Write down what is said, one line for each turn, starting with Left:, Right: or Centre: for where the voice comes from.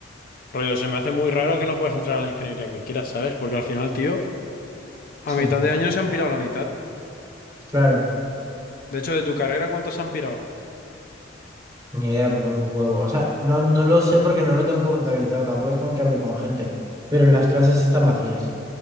Left: Rollo, se me hace muy raro que no puedas entrar a la ingeniería que quieras, ¿sabes? Porque al final, tío, a
Right: sí,
Left: mitad de año se han pirado la mitad.
Right: claro.
Left: De hecho, de tu carrera, ¿cuántos se han pirado?
Right: Ni idea, pero un huevo. O sea, no, no lo sé porque no lo tengo contabilizado. Tampoco es como que hable con gente. Pero las clases están vacías.